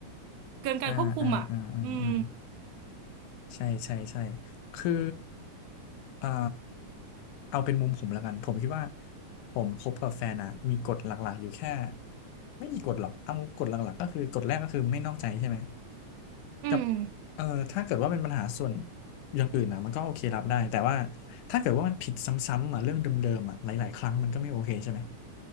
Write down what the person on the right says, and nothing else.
เกินการควบคุมอะอืม
อืม